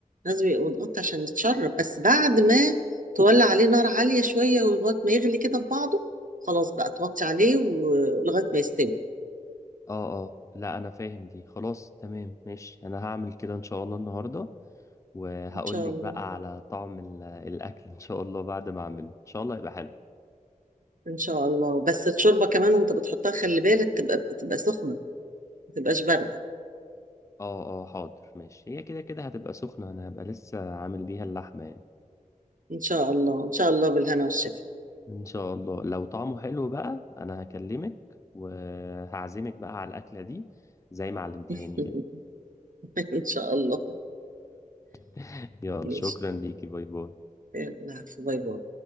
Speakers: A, on the right (about 70°); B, on the left (about 20°).
A: لازم يبقى متغطي عشان يتشرب بس بعد ما تولع عليه نار عالية شوية ولغاية ما يغلي كده في بعضه خلاص بقى توطي عليه ولغاية ما يستوي
B: اه اه لا انا فاهم دي خلاص تمام ماشي انا هعمل كده ان شاء الله النهارده وهقول
A: إن شاء
B: لك
A: الله
B: بقى على طعم ال- <laughs> الاكل ان شاء الله بعد ما اعمله ان شاء الله يبقى حلو
A: إن شاء الله بس الشوربة كمان وأنت بتحطها خلي بالك تبقى تبقى سخنة ما تبقاش باردة
B: اه اه حاضر ماشي هي كده كده هتبقى سخنة انا هبقى لسه عامل بيها اللحمة يعني
A: إن شاء الله إن شاء الله بالهنا والشفا
B: ان شاء الله لو طعمه حلو بقى انا هكلمك وهعزمك بقى على الاكلة دي زي ما علمتهاني
A: <laughs>
B: كده
A: إن شاء الله
B: <laughs> يلا
A: ماشي
B: شكرا ليكي باي باي
A: يلا عفو باي باي